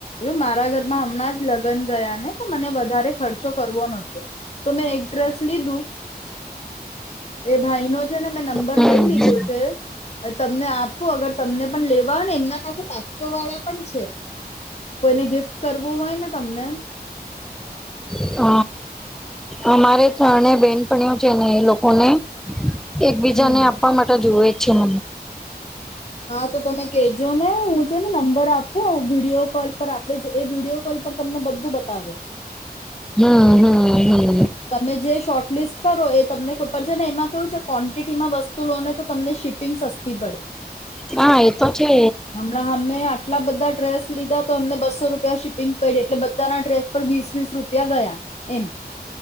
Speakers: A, on the left; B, in the centre.
A: મારા ઘરમાં હમણાં જ લગન ગયા ને તો મને વધારે ખર્ચો કરવો નતો તો મેં એક ડ્રેસ લીધું એ ભાઈ નો છે ને મેં નંબર
B: હમ
A: લઈ લીધો
B: હમ
A: છે તમને આપું અગર તમને પણ લેવા ને એમના પાસે પાચસો વાળા પણ છે. કોઈને ગિફ્ટ કરવું હોય ને તમને
B: હ અમારે ત્રણે બેનપણી ઓ છે ને એ લોકોને એકબીજાને
A: હમ
B: આપવા માટે જુવે છેમ.
A: હા તો તમે કેજો ને હું છે ને નંબર આપું વિડીયો કોલ પર આપડે જે એ વિડીયો કોલ પર તમને બધું બતાવે.
B: હમ-હમ-હમ.
A: તમે જે શોટ લિસ્ટ કરો એ તમને ખુદ છે ને એમાં કેવું છે ક્વોન્ટિટીમાં વસ્તુ લો ને તો તમને શિપિંગ સસ્તી પડે.
B: હા એતો છે.
A: હમણાં અમે આટલા બધા ડ્રેસ લીધા તો અમને બસો રૂપિયા શિપિંગ પયડી એટલે બધાના ડ્રેસ પર વીસ વીસ રૂપિયા ગયા એમ.